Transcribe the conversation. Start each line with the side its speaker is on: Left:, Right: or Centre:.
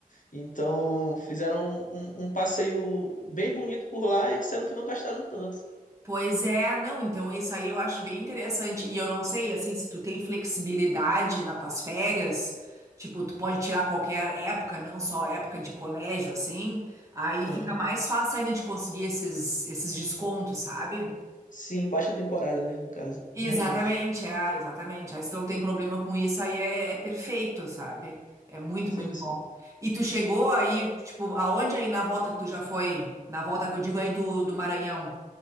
Left: Então fizeram um, um um passeio bem bonito por lá e disseram que não gastaram tanto.
Right: Pois é, não, então isso aí eu acho bem interessante. E eu não sei, assim, se tu tem flexibilidade nas tuas férias, tipo, tu pode tirar qualquer época, não só época de colégio, assim, aí
Left: Aham.
Right: fica mais fácil ainda de conseguir esses, esses descontos, sabe?
Left: Sim, baixa temporada, né? No caso,
Right: Exatamente,
Left: realmente.
Right: é, exatamente. Aí se não tem problema com isso, aí é, é perfeito, sabe? É muito,
Left: Sim,
Right: muito bom.
Left: sim.
Right: E tu chegou aí, tipo, aonde aí na volta que tu já foi? Na volta que eu digo aí do, do Maranhão?